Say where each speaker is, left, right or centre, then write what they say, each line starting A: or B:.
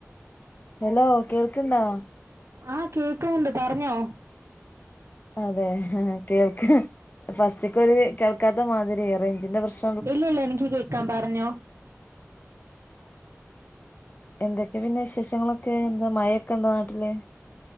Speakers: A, on the left; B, on the right.
A: ഹലോ കേൾക്ക്‌ണ്ടോ
B: ആ കേൾ ണ്ട് പറഞ്ഞോ
A: അതെ ആ കേൾക്ക ഫസ്റ്റൊക്കൊരു കേൾക്കാത്തമാതിരി റേഞ്ചിന്റെ പ്രശ്
B: ഇല്ലല്ല എനിക്ക് കേക്കാം പറഞ്ഞോ.
A: <inaudible> എന്തെക്കെ പിന്നെ വിശേഷങ്ങളൊക്കെ എന്താ മഴെക്കണ്ടോ നാട്ടില്?